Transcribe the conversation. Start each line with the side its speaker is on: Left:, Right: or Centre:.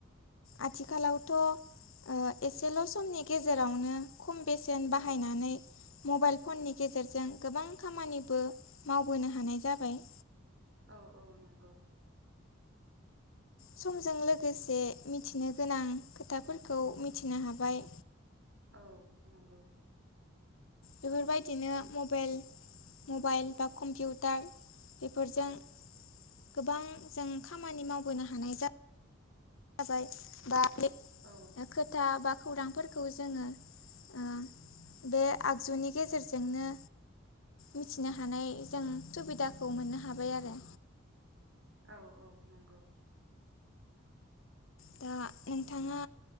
Left: आथिखालावथ' ओ एसेल' समनि गेजेरावनो खम बेसेन बाहायनानै
Right: औ
Left: मबाइल फननि गेजेरजों गोबां खामानिबो मावबोनो हानाय जाबाय
Right: औ औ नंगौ।
Left: समजों लोगोसे
Right: नंगौ
Left: मिथिनो गोनां खोथाफोरखौ मिथिनो हाबाय
Right: औ नंगौ।
Left: बेफोरबायदिनो मबेल मबाइल बा कम्पिउटार बेफोरजों
Right: औ
Left: गोबां जों खामानि मावबोनो हानाय जा जाबाय बा ग्लिब
Right: औ
Left: खोथा बा खौरांफोरखौ जोङो ओ बे आगजुनि गेजेरजोंनो मिथिनो हानाय जों सुबिदाखौ मोननो हाबाय आरो।
Right: औ औ नंगौ।
Left: दा नोंथाङा